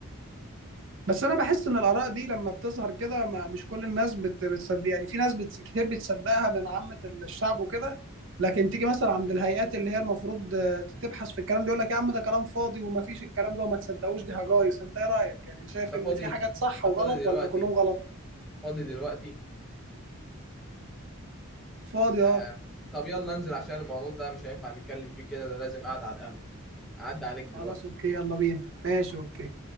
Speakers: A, on the right; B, in the centre.
A: بس انا بحس ان الاراء دي لما بتظهر كده ما مش كل الناس بت بتصدق يعني في ناس بت كتير بتصدقها من عامة الشعب وكده لكن تيجي مثلا عند الهيئات اللي هي المفروض آه، تبحث في الكلام ده يقول لك يا عم ده كلام فاضي وما فيش الكلام ده وما تصدقوش دي هجايص انت ايه رايك يعني شايف
B: انت فاضي
A: ان في حاجات صح
B: انت
A: وغلط
B: فاضي دلوقتي
A: ولا كلهم غلط
B: فاضي دلوقتي
A: فاضي
B: آه. طب يلا انزل عشان الموضوع ده مش هينفع نتكلم فيه كده ده لازم قاعد على القهوه اعدي عليك دلوقتي
A: خلاص اوكي يلا بينا ماشي اوكي